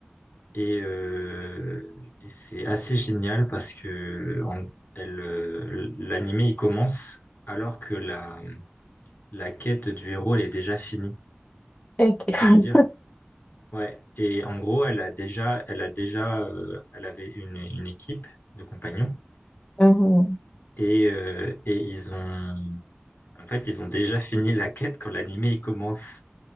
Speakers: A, on the left; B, on the left.
A: Et, euh, et c'est assez génial parce que en- elle, euh, l'animé il commence alors que la, la quête du héros elle est déjà finie.
B: Et- <laughs>
A: Ça veut dire ouais. Et en gros, elle a déjà, elle a déjà, euh, elle avait une, une équipe de compagnons.
B: Mhm.
A: Et, euh, et ils ont En fait, ils ont déjà fini la quête quand l'animé il commence.